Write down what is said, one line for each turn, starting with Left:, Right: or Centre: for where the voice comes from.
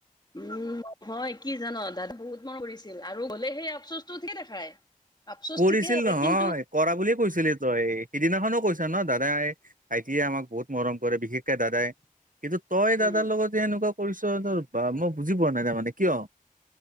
Left: উম নহয় কি জান' দাদা বহুত মন কৰিছিল আৰু গলে সেই আফচোচটো ঠিকে দেখাই। আফচোচ
Right: কৰিছিল
Left: ঠিকে আছে
Right: নহয়
Left: কিন্তু
Right: কৰা বুলি কৈছিলি তই সিদিনাখনো কৈছা ন দাদাই ভাইটিয়ে আমাক বহুত মৰম কৰে বিশেষকে দাদাই। কিন্তু তই দাদাৰ
Left: উম
Right: লগত যে এনেকুৱা কৰিছ তোৰ বা মই বুজি পোৱা নাই তাৰমানে কিয়?